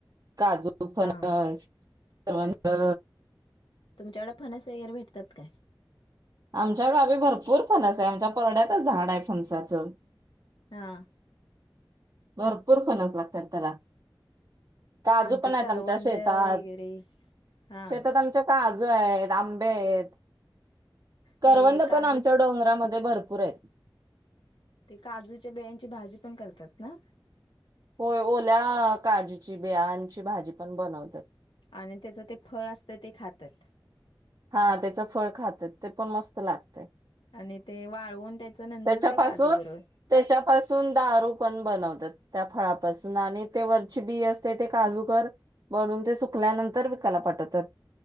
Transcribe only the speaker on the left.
हा
तुमच्याकडडे फणस वगैरे भेटत काय.
हा,
आणि
ते
करवंद
वगैरे हा
ते काजू
ते काजूच्या बेयांची भाजी पण करतात ना.
आणि त्याचं ते फळ असतं ते खातात.
आणि ते वाळवून त्याच्या नंतर
ते काजू गून.